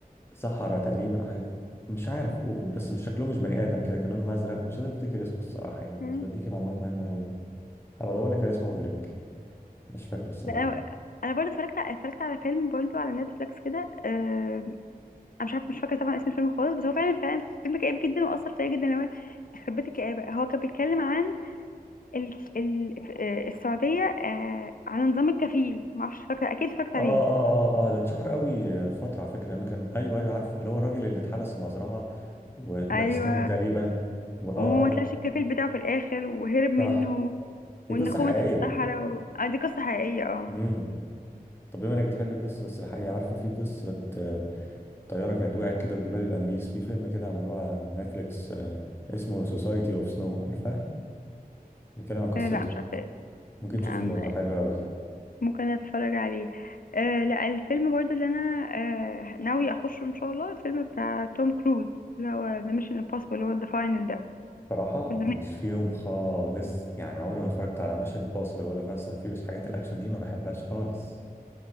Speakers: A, on the left (about 15°); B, on the left (about 65°).
A: سحرة تقريبا أو حاجة- مش عارف و- بس مش شكلهم مش بني ادم كده كان لونهم ازرق مش قادر افتكر اسمه الصراحه يعني
B: <laughs>
A: مش
B: مم.
A: بديكي معلومات مهمه قوي يعني هبقى ادور لك على اسمه واقول لك مش فاكره الصراحه
B: لا انا انا برضه اتفرجت على- اتفرجت على فيلم برضه على نتفليكس كده آه، انا مش عارفه مش فاكره طبعا اسم الفيلم خالص بس هو فعلا فعلا فيلم كئيب جدا واثر فيا جدا اللي هو يخرب بيت الكآبه هو كان بيتكلم عن ال... ال... آه، السعودية آه على نظام الكفيل معرفش فاكرة أكيد فاكرة
A: اه
B: ليه
A: اه اه اه ده اتشهر قوي فتره على فكره لانه كان ايوه ايوه عارف اللي هو الراجل اللي اتحبس في مزرعه وباكستاني
B: أيوة
A: تقريبا واه
B: وما
A: اه آه،
B: طلعش الكفيل بتاعه في الآخر وهرب منه
A: صح دي
B: وإن
A: قصه
B: خمد
A: حقيقيه
B: في الصحراء و... آه دي قصة حقيقية اه
A: امم طب بما انك بتحب القصص السلاحية عارفة في قصة آه، طيارة كانت وقعت كده في جبال الأنديز في فيلم كده عملوه على نتفليكس آه، اسمه سوسايتي اوف سنو عارفاه؟ بيتكلم عن قصته
B: آه، لا مش عارفة
A: ممكن
B: نعم
A: تشوفيه برضه حلو قوي
B: ممكن أتفرج عليه آه لا الفيلم برضو اللي أنا آه ناوي أخشه إن شاء الله الفيلم بتاع توم كروز اللي هو ذا ميشن امبوسيبل اللي هو ذا فاينل ده
A: صراحة
B: في
A: ماليش فيهم خالص يعني عمري ما اتفرجت على ميشن امبوسيبل ولا فاست اند فيوريوس حاجات الأكشن دي ما بحبهاش خالص